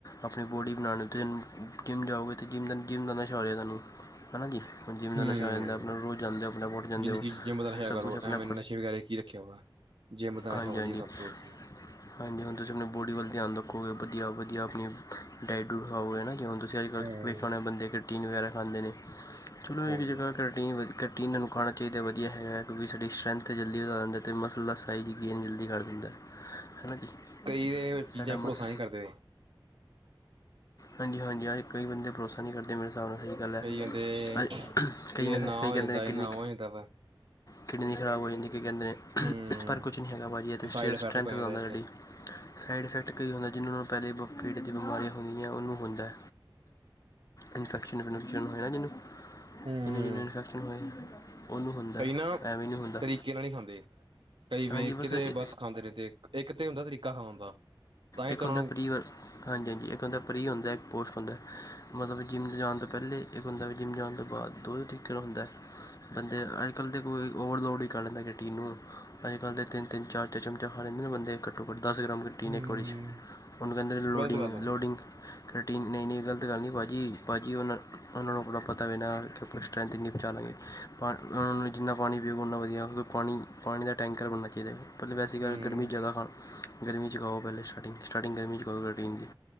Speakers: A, on the left (about 45°); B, on the right (about 80°).
A: ਆਪਣੀ ਬੋਡੀ ਬਣਾਉਣੇ ਜਿੰਮ ਜਾਓਗੇ ਤੇ ਜਿੰਮ ਦਾ ਜਿੰਮ ਦਾ ਨਸ਼ਾ ਹੋ ਰਿਹਾ ਤੁਹਾਨੂੰ। ਹੈ ਨਾ ਜੀ, ਹੁਣ ਜਿੰਮ
B: ਹੂੰ
A: ਦਾ ਨਸ਼ਾ ਹੋ ਜਾਂਦਾ ਆਪਣਾ ਰੋਜ਼ ਜਾਂਦੇ ਹੋ ਆਪਣਾ ਓੁਠ ਜਾਂਦੇ
B: ਜ਼ਿੰਦਗੀ
A: ਹੋ,
B: ਚ ਜਿੰਮ ਦਾ ਨਸ਼ਾ
A: ਸਭ
B: ਕਰੋ
A: ਕੁਛ ਆਪਣਾ
B: ਐਵੇਂ ਨਸ਼ੇ ਵਗੈਰਾ ਕੀ ਰੱਖਿਆ ਵਾ, ਜਿੰਮ ਦਾ
A: ਹਾਂਜੀ
B: ਨਸ਼ਾ ਵਧੀਆ
A: ਹਾਂਜੀ
B: ਸਭ ਤੋਂ ਵਧੀਆ।
A: <inaudible> ਹਾਂਜੀ ਹੁਣ ਤੁਸੀਂ ਆਪਣੀ ਬੋਡੀ ਵੱਲ ਧਿਆਨ ਰੱਖੋਗੇ ਵਧੀਆ ਵਧੀਆ ਆਪਣੀ ਡਾਇਟ ਡੁਇਟ ਖਾਓਗੇ ਨਾ ਜੇ ਹੁਣ ਤੁਸੀਂ ਤੁਸੀਂ ਅੱਜ ਕੱਲ
B: ਹੂੰ
A: ਵੇਖਿਆ ਹੋਣਾ ਬੰਦੇ ਕਰਟੀਨ ਵਗੈਰਾ ਖਾਂਦੇ ਨੇ, ਚਲੋ ਇਹਦੀ
B: ਹਾਂਜੀ
A: ਜਗ੍ਹਾ ਕਰਟੀਨ ਵ ਕਰਟੀਨ ਨੂੰ ਖਾਣਾ ਚਾਹੀਦਾ ਵਧੀਆ ਹੈਗਾ ਕਿਉਂਕਿ ਸਾਡੀ ਸਟਰੈਂਥ ਤੇ ਜਲਦੀ ਵਧਾ ਦਿੰਦਾ ਤੇ ਮਸਲ ਦਾ ਸਾਈਜ਼ ਗੇਨ ਜਲਦੀ ਕਰ ਦਿੰਦਾ ਹੈ ਨਾ ਜੀ?
B: ਕਈ ਇਹ ਚੀਜ਼ਾਂ
A: ਸਾਡਾ
B: 'ਚ
A: ਮਸ
B: ਭਰੋਸਾ ਨਹੀਂ ਕਰਦੇ।
A: ਹਾਂਜੀ- ਹਾਂਜੀ ਹਾਂ ਕਈ ਬੰਦੇ ਭਰੋਸਾ ਨਹੀਂ ਕਰਦੇ ਮੇਰੇ ਹਾਂ ਸਹੀ ਗੱਲ ਹੈ,
B: ਕਈ ਕਹਿੰਦੇ
A: ਅੱਜ
B: ਕਿ
A: ਕਈ,
B: ਨਾ
A: ਕਈ
B: ਹੋ
A: ਕਹਿੰਦੇ
B: ਜਾਂਦਾ
A: ਨੇ ਕਿਡਨੀ
B: ਇਹ ਨਾ ਹੋ ਜਾਂਦਾ ਵਾ
A: ਕਿਡਨੀ ਖ਼ਰਾਬ ਹੋ ਜਾਂਦੀ ਕਿ ਕਹਿੰਦੇ ਨੇ,
B: ਹੂੰ।
A: ਪਰ ਕੁਛ ਨਹੀਂ ਹੈਗਾ ਭਾਜੀ ਇਹ ਤੇ
B: ਸਾਈਡ
A: ਸਿਰਫ਼
B: ਇਫੈਕਟ
A: ਸਟਰੈਂਥ
B: ਪੈ
A: ਦਾ
B: ਜਾਂਦਾ
A: ਹੁੰਦਾ
B: ਇਹ ਚ
A: ਸਾਡੀ। ਸਾਈਡ ਇਫੈਕਟ ਕੀ ਹੁੰਦਾ, ਜਿਹਨਾਂ ਨੂੰ ਪਹਿਲੇ ਪੇਟ ਦੀ ਬਿਮਾਰੀਆਂ ਹੁੰਦੀਆਂ ਉਹਨੂੰ ਹੁੰਦਾ। ਇਨਫੈਕਸ਼ਨ ਇਫੁਕਸ਼ਨ ਹੋਏ ਜਿਹਨੂੰ
B: ਹੂੰ
A: ਜਿਹਨੂੰ- ਜਿਹਨੂੰ ਇਨਫੈਕਸ਼ਨ ਹੋਏ, ਉਹਨੂੰ ਹੁੰਦਾ,
B: ਕਈ ਨਾ
A: ਐਵੇਂ ਨਹੀਂ ਹੁੰਦਾ।
B: ਤਰੀਕੇ ਨਾਲ ਨਹੀਂ ਖਾਂਦੇ, ਕਈ ਵੇਖ
A: ਹਾਂਜੀ
B: ਕੇ ਤੇ
A: ਇ-
B: ਬਸ ਖਾਂਦੇ ਰਹਿੰਦੇ, ਇੱਕ ਤੇ ਹੁੰਦਾ ਤਰੀਕਾ ਖਾਨ ਦਾ। ਤਾਂ ਹੀ
A: ਇੱਕ
B: ਤਾਂ
A: ਹੁੰਦਾ
B: ਉਹਨਾਂ ਨੂੰ
A: ਪ੍ਰੀ ਵ, ਹਾਂਜੀ- ਹਾਂਜੀ ਇੱਕ ਹੁੰਦਾ ਪ੍ਰੀ ਹੁੰਦਾ, ਇੱਕ ਪੋਸਟ ਹੁੰਦਾ। ਮਤਲਬ ਜਿੰਮ ਜਾਣ ਤੋਂ ਪਹਿਲੇ, ਇੱਕ ਬੰਦਾ ਜਿੰਮ ਜਾਣ ਤੋਂ ਬਾਅਦ, ਦੋਵੇਂ ਤਰੀਕੇ ਨਾਲ ਹੁੰਦਾ ਬੰਦੇ, ਅੱਜ- ਕੱਲ ਤੇ ਕੋਈਓਵਰ ਲੋੋਡ ਹੀ ਕਰ ਲੈਂਦੇ ਤਿੰਨੋ ਅੱਜ- ਕੱਲ ਦੇ ਤਿੰਨ- ਤਿੰਨ ਚਾਰ- ਚਾਰ ਚਮਚੇ ਖਾ ਲੈਂਦੇ ਬੰਦੇ ਘੱਟੋ- ਘੱਟ ਦਸ ਗ੍ਰਾਮ ਕਰਟੀਨ
B: ਹੂੰ
A: ਇੱਕ ਵਾਰੀ 'ਚ। ਉਹਨੂੰ ਕਹਿੰਦੇ ਨੇ ਲੋਡਿੰਗ-
B: ਗ਼ਲਤ ਗੱਲ ਆ
A: ਲੋਡਿੰਗ ਕਰਟੀਨ ਨਹੀਂ- ਨਹੀਂ ਗ਼ਲਤ ਗੱਲ ਨਹੀਂ ਭਾਅ ਜੀ। ਭਾਅ ਜੀ ਉਹਨਾਂ, ਉਹਨਾਂ ਨੂੰ ਆਪਣਾ ਪਤਾ ਵੀ ਨਾ ਕਿ ਆਪਾਂ ਸਟਰੈਂਥ ਇੰਨੀ ਪਹੁੰਚਾ ਲਾਂਗੇ। ਪਾ ਉਹਨਾਂ ਨੂੰ ਜਿੰਨਾ ਪਾਨੀ ਪੀਊਗਾ ਉਨਾ ਵਧੀਆ ਕਿਉਂਕਿ ਪਾਣੀ, ਪਾਣੀ ਦਾ ਟੈਂਕਰ ਬਣਨਾ ਚਾਹੀਦਾ। ਪਹਿਲੇ ਵੈਸੇ ਗੱਲ
B: ਹੂੰ
A: ਗਰਮੀ 'ਚ ਜ਼ਿਆਦਾ ਖਾ, ਗਰਮੀ ਚਕਾਓ ਪਹਿਲੇ ਸਟਾਰਟਿੰਗ ਸਟਾਰਟਿੰਗ ਗਰਮੀ ਚਕਾਓ ਰੂਟੀਨ ਦੀ